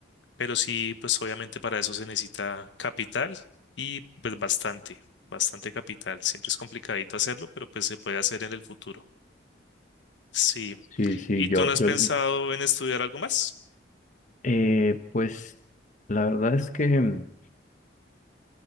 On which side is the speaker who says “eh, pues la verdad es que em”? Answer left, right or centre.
Left